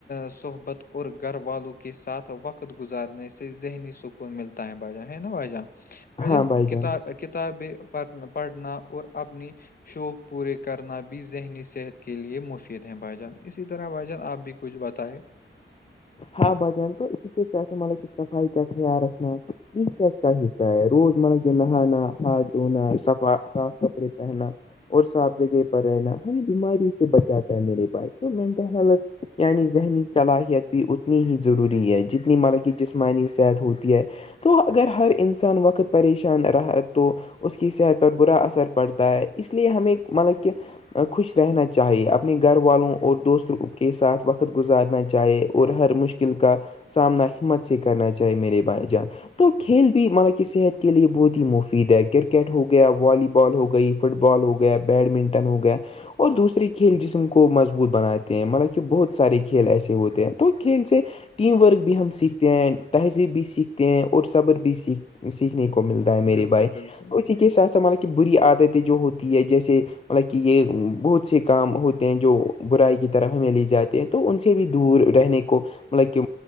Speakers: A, on the left; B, on the left.
A: صحبت اور گھر والوں کے ساتھ وقت گزارنے سے ذہنی سک ملتا ہے بھ جاں ہے نا بھائی جاں ن
B: ہاں بھائی
A: کتا
B: جان
A: کتابیں پھ پڑھنا اور اپنی شوق پورے کرنا بھی ذہنی صحت کے لیے مفید ہے بھائی جان اسی طرح بائی جان آپ بھی کچھ بتائے
B: ہاں بھ جان تو اسی ط سےا م صفائی کا خیال رکھنا ہے <inaudible> کا حصہ ہے روز مرہ کے نہانا ہاتھ دھونا صفا صاف کپڑے پہننا اور صاف جگہ پر رہنا ہر بیماری سے بچاتا ہے میرے بھائ تو مینٹل ہیلتھ یعنی ذہنی صلاحیت بھی اتنی ہی ضروری ہے جتنی مطلب جسمانی صحت ہوتی ہے تو اگر ہر انسان وقت پریشان رہا تو اس کی صحت پر برا اثر پڑتا ہے اس لیے ہمیں مطلب کہ خوش رہنا چاہیے اپنے گھر والوں اور دوستوں کے ساتھ وقت گزارنا چاہے اور ہر مشک مشکل کا سامنا ہمت سے کرنا چاہیے میرے بھائی جان تو کھیل بھی مطب کہ صحت کے لیے بہت ہی مفید ہے کرکٹ ہو گیا والی بال ہو گئی فٹ بال بال ہو گیا بیڈمنٹن ہو گیا اور دوسرے کھیل جسم کو مضبوط بناتے ہیں مطلب کہ بہت سارے کھیل ایسے ہوتے ہیں تو کھیل سے ٹیم ورک بھی ہم سیکھتے ہیں تہذیب بھی سیکھتے ہیں اور صبر بھی سیکھ سیکھنے کو ملتا ہے میرے
A: بالکل
B: بھائی
A: بالکل بھائی
B: اسی کے ساتھ ساتھ مطلب کہ بری عادتیں جو ہوتی ہے جیسے مطلب کہ یہ بہت سے کام ہوتے ہیں جو برائی کی طرف ہمیں لے جاتے ہیں تو ان سے بھی دور رہنے کو مطلب کہ